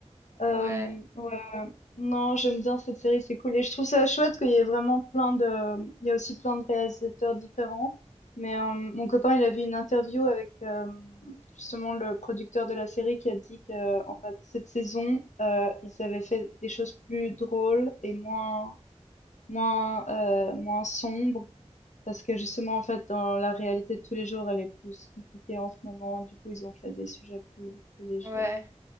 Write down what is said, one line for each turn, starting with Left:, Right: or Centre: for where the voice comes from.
Left: Euh,
Right: euh, ouais,
Left: ouais, non, j'aime bien cette série, c'est cool. Et je trouve ça chouette qu'il y ait vraiment plein de... Il y a aussi plein de réalisateurs différents. Mais euh, mon copain, il a vu une interview avec euh, justement le producteur de la série qui a dit que, en fait, cette saison, euh, ils avaient fait des choses plus drôles et moins, moins, euh, moins sombres. Parce que justement, en fait, dans la réalité de tous les jours, elle est plus compliquée en ce moment. Du coup, ils ont fait des sujets plus, plus légers.
Right: ouais.